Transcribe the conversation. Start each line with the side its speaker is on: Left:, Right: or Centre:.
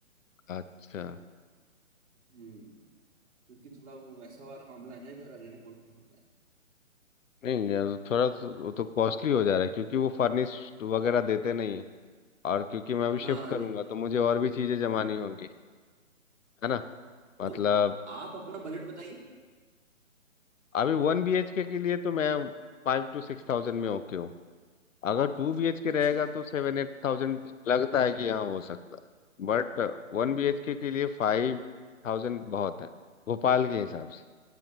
Left: अच्छा
Right: हम्म क्योंकि थोड़ा वो वैसा वाला मामला है ना इधर अरेरा कॉलोनी में तो यार।
Left: नहीं यार वो थोड़ा तो, वो तो कॉस्टली हो जा रहा है क्योंकि वो फर्निश्ड वगैरह देते नहीं है और क्योंकि मैं अभी शिफ्ट
Right: हाँ
Left: करूंगा
Right: नहीं
Left: तो मुझे और भी चीजें जमानी होंगी है ना मतलब
Right: तो आप अपना बजट बताइए
Left: अभी वन बीएचके के के लिए तो मैं फाइव टू सिक्स थाउजेंड में ओके हूँ अगर टू बीएचके
Right: अच्छा
Left: रहेगा
Right: अच्छा,
Left: तो सेवन एट थाउजेंड लगता है कि हाँ हो सकता है बट वन बीएचके के के लिए फाइव थाउजेंड बहुत है भोपाल के हिसाब से